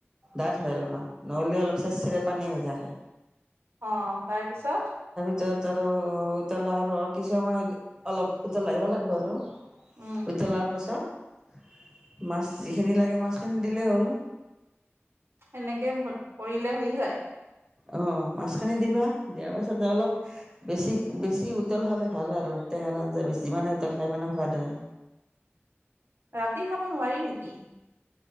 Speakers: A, on the right; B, on the right.
A: ডাঠ হয় অলপমান। অলপ চেচিৰে পানী হৈ থাকে।
B: অ, তাৰ পিছত-
A: তাত আৰু উতলা আৰু কিছু সময় অলপ উতলা আহিব লাগিব আৰু-
B: উম
A: উতলাৰ পাছত- মাছ যিখিনি লাগে মাছখিনি দিলেই হ'ল।
B: সেনেকে পৰিলে হৈ যায়।
A: অ মাছখিনি দিবা, দিয়াৰ পাছত অলপ বেছি বেছি উতল খালে ভাল আৰু টেঙাৰ আঞ্জা যিমানে উতল খায় সমানে সোৱাদ হয়।
B: ৰাতি খাব নোৱাৰি নেকি?